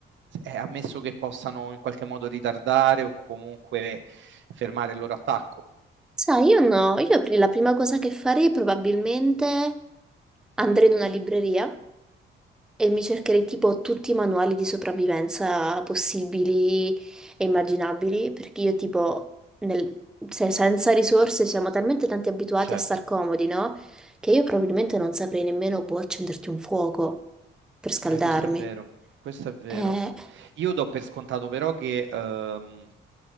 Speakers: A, on the right; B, in the centre.
A: eh, ammesso che possano in qualche modo ritardare o comunque fermare il loro attacco.
B: Sai, io no, io la prima cosa che farei probabilmente andrei in una libreria. E mi cercherei tipo tutti i manuali di sopravvivenza possibili e immaginabili, perché io tipo, nel- se- senza risorse siamo talmente tanti abituati
A: Certo,
B: a star comodi, no? Che io probabilmente non saprei nemmeno boh, accenderti un fuoco per scaldarmi.
A: eh, questo è vero, questo è vero.
B: Eh,
A: Io do per scontato però che ehm,